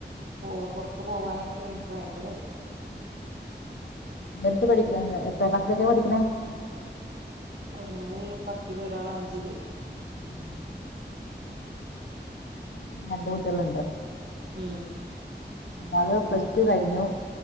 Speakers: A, on the right (about 70°); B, on the left (about 85°).
A: പോ പുറത്തു പോവാനൊക്കെയ ഭയങ്കരത്
B: എര് പഠിക്ക എത്ര ക്ലാസ്സിലൊക്കെ പഠിക്കണേ
A: ഒരാള് പത്തില് ഒരാള് അഞ്ചില്
B: ആ
A: ഉ
B: രണ്ട് കുട്ടികളുണ്ട്
A: ഉം
B: ഒരാള് പ്ലസ്
A: ഉം
B: ടു കഴിഞ്ഞു